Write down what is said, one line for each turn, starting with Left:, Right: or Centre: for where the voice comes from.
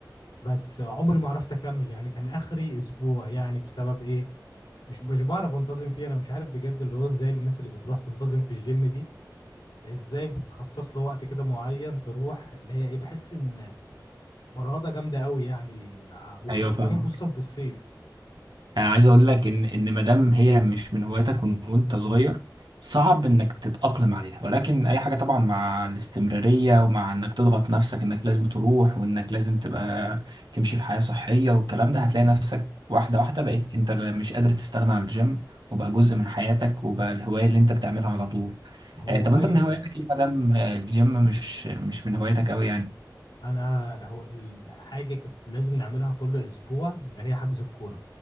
Left: بس عمري ما عرفت اكمل يعني كان اخري اسبوع يعني بسبب ايه مش مش بعرف انتظم فيه انا مش عارف بجد اللي هو ازاي الناس اللي بتروح تنتظم في الجيم دي ازاي بتخصص له وقت كده معين تروح اللي هي ايه بحس ان فرهضة جامدة قوي يعني ع- وخ-
Right: ايوه
Left: وكمان
Right: فاهمك
Left: خصوصا في الصيف
Right: يعني عايز اقول لك ان ان ما دام هي مش من هواياتك وإن- وانت صغير صعب انك تتأقلم عليها ولكن اي حاجة طبعا مع الاستمرارية ومع انك تضغط نفسك انك لازم تروح وانك لازم تبقى تمشي في حياة صحية والكلام ده هتلاقي نفسك واحدة واحدة بقيت انت لا- مش قادر تستغنى عن الجيم وبقى جزء من حياتك وبقى الهواية اللي انت بتعملها على طول
Left: ما هو
Right: آه طب
Left: أيوه
Right: انت من هواياتك ليه ما دام آه، الجيم مش مش من هواياتك قوي يعني
Left: أنا هو ال- حاجة كانت لازم نعملها كل أسبوع اللي هي حجز الكورة